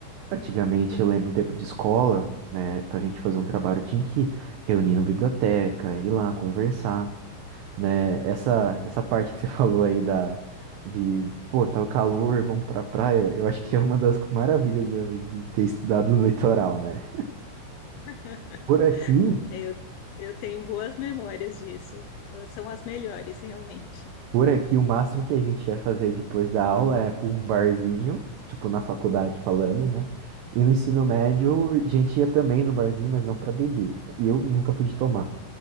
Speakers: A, on the right; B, on the left.
A: Antigamente, eu lembro um tempo de escola, né, pra gente fazer um trabalho tinha que reunir na biblioteca, ir lá conversar. né? Essa, essa parte que você <laughs> falou aí da, de, pô, tá o calor, vamos pra praia, eu acho que é uma das maravilhas da- de ter estudado no litoral, né?
B: <laughs>
A: Por aqui,
B: Eu, eu tenho boas memórias disso. São as melhores, realmente.
A: por aqui, o máximo que a gente vai fazer depois da aula é pra um barzinho, tipo na faculdade falando, né? E no ensino médio,
B: Aham.
A: a gente ia também no barzinho, mas não pra beber. E eu nunca fui de tomar.